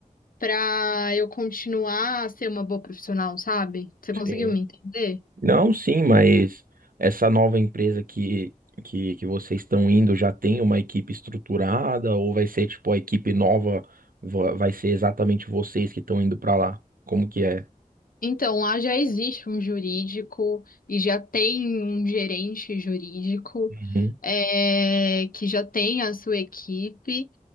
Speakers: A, on the left; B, on the right.
A: para eu continuar a ser uma boa profissional, sabe? Você conseguiu
B: sim.
A: me entender?
B: Não, sim, mas essa nova empresa que, que, que vocês estão indo já tem uma equipe estruturada ou vai ser tipo a equipe nova, va- vai ser exatamente vocês que estão indo para lá? Como que é?
A: Então, lá já existe um jurídico e já tem um gerente jurídico
B: Uhum,
A: é, que já tem a sua equipe.